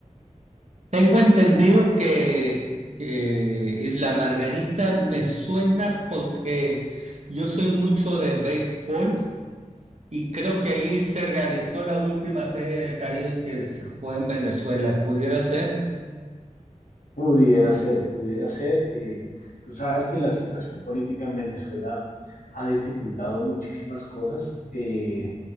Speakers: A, on the right; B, on the left.
A: Tengo entendido que, que Isla Margarita me suena porque yo soy mucho de béisbol y creo que ahí se realizó la última serie del Caribe que se fue en Venezuela. ¿Pudiera ser?
B: Pudiera ser, pudiera ser. eh, tú sabes que la situación política en Venezuela ha dificultado muchísimas cosas. eh,